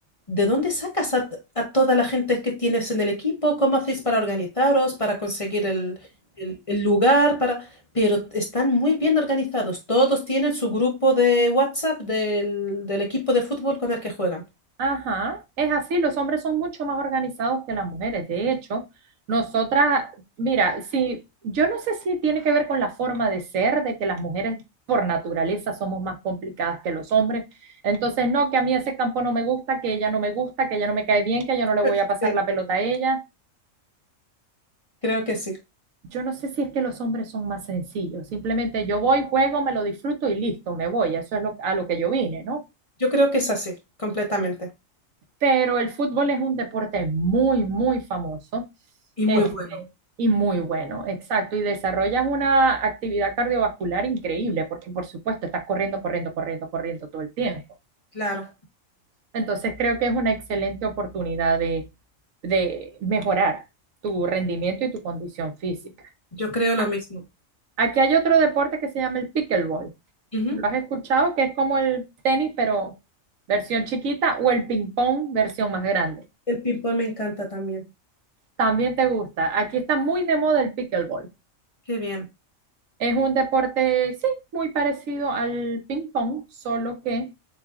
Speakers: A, on the left; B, on the right.
A: ¿de dónde sacas a, a toda la gente que tienes en el equipo? ¿Cómo hacéis para organizaros, para conseguir el, el- el lugar? Para... Pero están muy bien organizados. Todos tienen su grupo de WhatsApp del, del equipo de fútbol con el que juegan.
B: Ajá, es así, los hombres son mucho más organizados que las mujeres. De hecho, nosotras, mira, si yo no sé si tiene que ver con la forma de ser, de que las mujeres por naturaleza somos más complicadas que los hombres. Entonces, no, que a mí ese campo no me gusta, que ella no me gusta, que ella no me cae bien, que yo no le voy
A: <laughs>
B: a pasar
A: Sí,
B: la pelota a ella.
A: creo que sí.
B: Yo no sé si es que los hombres son más sencillos. Simplemente yo voy, juego, me lo disfruto y listo, me voy. Eso es lo- a lo que yo vine, ¿no?
A: Yo creo que es así, completamente.
B: pero el fútbol es un deporte muy, muy famoso,
A: Y
B: este,
A: muy bueno.
B: y muy bueno, exacto, y desarrollas una actividad cardiovascular increíble, porque por supuesto estás corriendo, corriendo, corriendo, corriendo todo el tiempo.
A: Claro,
B: Entonces creo que es una excelente oportunidad de, de mejorar tu rendimiento y tu condición física.
A: yo creo lo
B: A-
A: mismo.
B: Aquí hay otro deporte que se llama el pickleball.
A: Ujú,
B: ¿Lo has escuchado? Que es como el tenis, pero versión chiquita, o el ping pong, versión más grande.
A: El ping-pong me encanta también.
B: También te gusta. Aquí está muy de moda el pickleball.
A: Qué bien.
B: Es un deporte, sí, muy parecido al ping pong, solo que